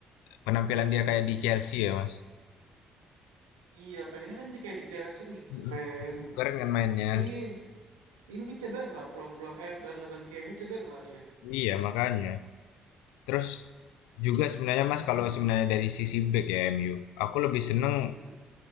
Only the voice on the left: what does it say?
penampilan dia kayak di Chelsea ya Mas.
Mm-mm.
Keren kan mainnya.
Iya makanya. Terus juga sebenarnya Mas kalau sebenarnya dari sisi back ya MU, aku lebih seneng